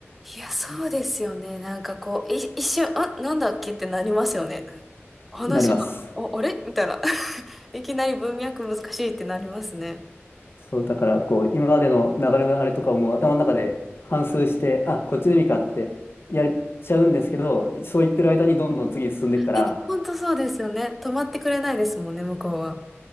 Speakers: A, in the centre; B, on the left (about 55°).
A: いや、そうですよね。なんかこう、い、一瞬、あ、なんだっけってなりますよね。話が、
B: なります。
A: お、あれみたいな。<laughs> いきなり文脈難しいってなりますね。
B: そう、だから、こう、今までの流れのあれとかをもう頭の中で反芻して、あ、こっちの意味かってやれちゃうんですけど、そう言ってる間にどんどん次に進んでいくから、
A: え、本当そうですよね。止まってくれないですもんね、向こうは。